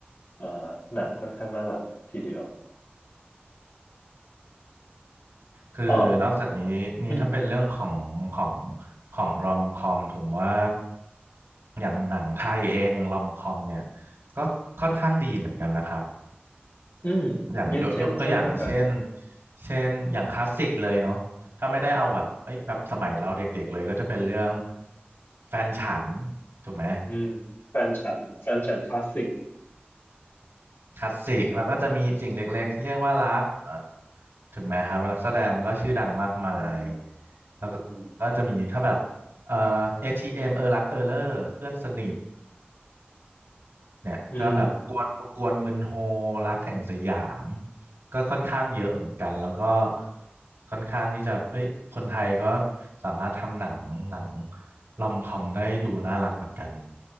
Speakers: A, on the left (about 70°); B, on the right (about 85°).
A: เอ่อหนังค่อนข้างน่ารักทีเดียว
B: คือนอกจากนี้นี้ถ้าเป็นเรื่องของของ
A: อ๋ออืม
B: ของรอมคอมผมว่าอย่างหนังไทยเองรอมคอมเนี่ยก็ค่อนข้างดีเหมือนกันนะครับ
A: อืมเนี่ยเช่นเช่นเรื่องอะไรครับ
B: อย่างยกยกตัวอย่างเช่นเช่นอย่างคลาสสิกเลยเนาะถ้าไม่ได้เอาแบบเอ้ยแบบสมัยเราเด็กๆเลยก็จะเป็นเรื่องแฟนฉันถูกไหม
A: อืมแฟนฉันแฟนฉันคลาสสิก
B: คลาสสิกแล้วก็จะมีสิ่งเล็กๆที่เรียกว่ารักเอ่อถึงแม้ครับนักแสดงก็ชื่อดังมากมาย
A: เออ
B: แล้วก็ก็จะมีถ้าแบบเอ่อ
A: อืม
B: ATM เอมเออรักเออเลอร์เพื่อนสนิทเนี่ยก็แบบกวนกวนมึนโฮ
A: อืม
B: รักแห่งสยามก็ค่อนข้างเยอะเหมือนกันแล้วก็ค่อนข้างที่จะเอ้ยคนไทยก็สามารถทำหนังหนังลอมคอมได้ดูน่ารักเหมือนกัน